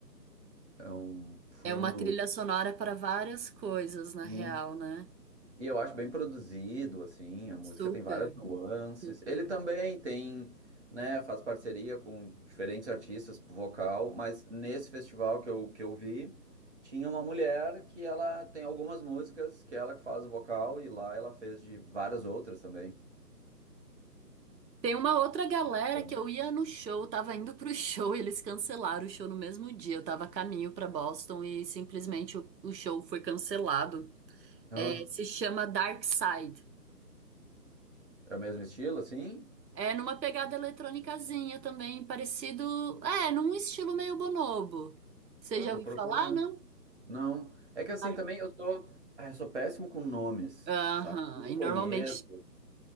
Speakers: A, on the right (about 40°); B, on the right (about 80°).
A: É um fundo,
B: É uma trilha sonora para várias coisas, na
A: sim.
B: real, né?
A: E eu acho bem produzido, assim, a música
B: Super,
A: tem várias nuances.
B: super.
A: Ele também tem, né, faz parceria com diferentes artistas pro vocal, mas nesse festival que eu, que eu vi, tinha uma mulher que ela tem algumas músicas que ela que faz o vocal e lá ela fez de várias outras também.
B: Tem uma outra galera
A: Então,
B: que eu ia no show, eu tava indo pro show <laughs> e eles cancelaram o show no mesmo dia. Eu tava a caminho pra Boston e simplesmente o, o show foi cancelado.
A: ah,
B: É, se chama Dark Side.
A: é o mesmo estilo, assim?
B: É numa pegada eletrônicazinha também, parecido. É, num estilo meio bonobo. Você
A: Ah,
B: já
A: vou
B: ouviu
A: procurar.
B: falar, não?
A: Não. É que assim
B: Dark-
A: também eu sou, ah, eu sou péssimo com nomes,
B: Aham.
A: sabe? Eu
B: E
A: conheço.
B: normalmente